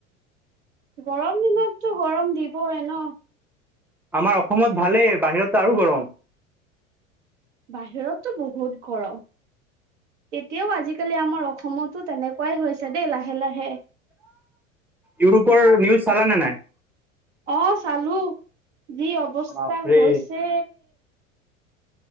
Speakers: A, on the right; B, in the centre.
A: গৰম দিনততো গৰম দিবই ন।
B: আমাৰ অসমত ভালেই বাহিৰতো আৰু গৰম।
A: বাহিৰততো বহুত গৰম। এতিয়াও আজিকালি আমাৰ অসমতো তেনেকুৱাই হৈছে দেই লাহে লাহে।
B: ইউৰোপৰ নিউজ চালা নে নাই?
A: অ', চালো যি অৱস্থা
B: বাপৰে
A: হৈছে।